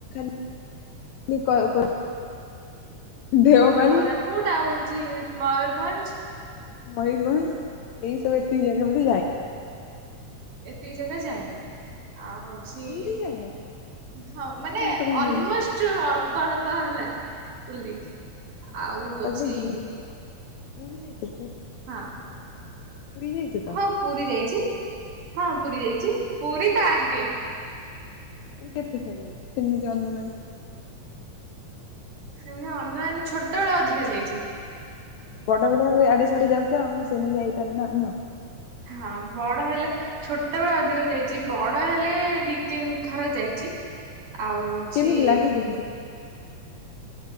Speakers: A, on the left; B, on the right.
A: <unintelligible> ଦେଓମାଳି
B: ହଁ କୋରାପୁଟ ଆଉ ହଉଛି ମୟୂରଭଞ୍ଜ।
A: ମୟୂରଭ ଏଇ ସବୁ ଏତି ଜାଗା ବୋଧେ ଯାଇ
B: ଏତିକ ଜାଗା ଯାଇନି ଆଉ ହଉଛି
A: ପୁରୀ ଯାଇନ
B: ହଁ
A: ପୁରୀ
B: ମାନେ
A: ନା ତ କାହିଁ
B: ଅଲମୋଷ୍ଟ
A: ନେଲନି
B: ଅଳ୍ପ
A: ହୁଁ
B: ଅଳ୍ପ ହେଲା ବୁଲି ଦେଇଛି, ଆଉ
A: ଅଳ୍ପ
B: ହଉଛି
A: ଅଳ୍ପ ବୁଲି ଦେଇଛ ଆଉ ପୁରୀ <unintelligible>
B: ହଁ,
A: ପୁରୀ ଯାଇଛ ତ
B: ହଁ ପୁରୀ ଯାଇଛି। ହଁ ପୁରୀ ଯାଇଛି ପୁରୀ ତ ଆଗେ।
A: ତମେ କେତେଥର ଯାଇଚ? ଯେମିତି ଅନୁମାନ
B: ସେମିତି ଅନୁମାନ ଛୋଟବେଳେ ଅଧିକା ଯାଇଛି।
A: ବଡ ବଡ ଆଡେ ସିଆଡେ ଯାଉଛ ଆଉ ସେ ନାଗି ଯାଇପାରୁନ ଆଉ ନୁହଁ
B: ହଁ ବଡ ହେଲେ ଛୋଟ ବେଳେ ଅଧିକ ଯାଇଛି। ବଡ ହେଲେ ଦି ତିନି ଥର ଯାଇଛି। ଆଉ ହଉଛି
A: କେମିତି ଲାଗେ କେମିତି